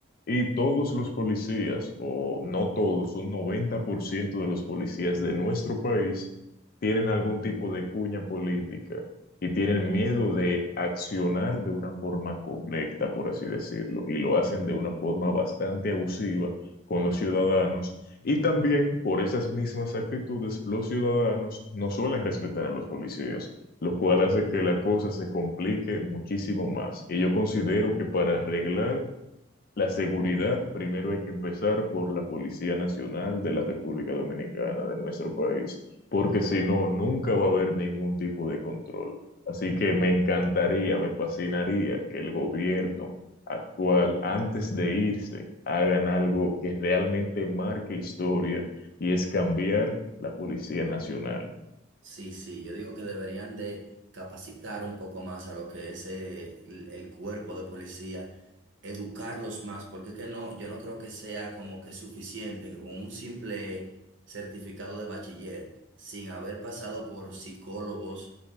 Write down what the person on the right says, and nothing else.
Sí, sí, yo digo que deberían de capacitar un poco más a lo que es eh, el, el cuerpo de policía, educarlos más, porque es que no, yo no creo que sea como que suficiente que con un simple certificado de bachiller, sin haber pasado por psicólogos